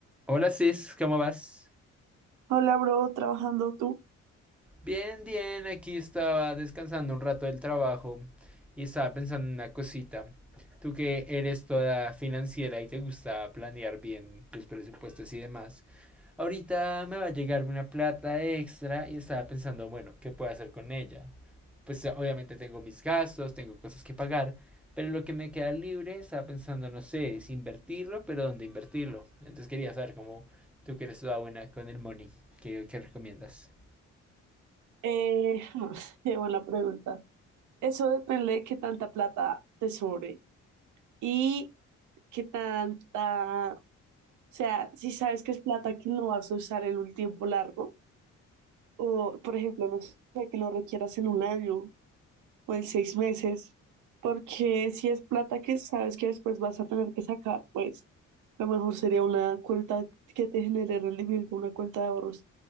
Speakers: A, in the centre; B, on the right.
A: Hola Cis, ¿cómo vas?
B: Hola, bro, trabajando tú.
A: Bien, bien, aquí estaba descansando un rato del trabajo y estaba pensando en una cosita. Tú que eres toda financiera y te gusta planear bien tus presupuestos y demás, Ahorita me va a llegar una plata extra y estaba pensando, bueno, ¿qué puedo hacer con ella? Pues obviamente tengo mis gastos, tengo cosas que pagar, pero lo que me queda libre estaba pensando, no sé, es invertirlo, pero ¿dónde invertirlo? Entonces quería saber cómo tú que eres toda buena con el money, ¿qué, qué recomiendas?
B: Eh, <laughs> qué buena pregunta. Eso depende de qué tanta plata te sobre y qué tanta, o sea, si sabes que es plata que no vas a usar en un tiempo largo, o por ejemplo, no sé, que lo requieras en un año o en seis meses, porque si es plata que sabes que después vas a tener que sacar, pues lo mejor sería una cuenta que te genere rendimiento, una cuenta de ahorros.